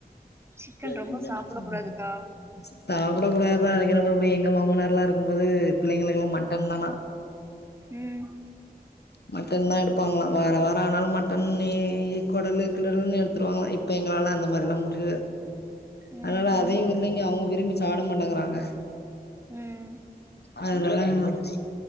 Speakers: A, on the right; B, on the left.
A: சிக்கன் ரொம்ப
B: ம்
A: சாப்புட கூடாதுக்கா
B: சாப்டக் கூடாதுதா அதுக்கு என்ன பண்ண முடியு எங்க மாமனார்ல்லா இருக்குபோது பிள்ளைங்களுக்குல்லா மட்டன் தானா
A: ம்
B: மட்டன் தான் எடுப்பாங்களா வார வார ஆனாலு மட்டன்னி குடல் கிடல்ன்னு எடுத்துருவாங்களா! இப்ப எங்களால அந்த மாரிலா முடில
A: ம்
B: அதனால
A: ம்
B: அதையு இல்லைங்க அவங்க விரும்பி சாப்ட மாட்டேங்கறாங்க.
A: ம்
B: அதுனால என்ன பண்ண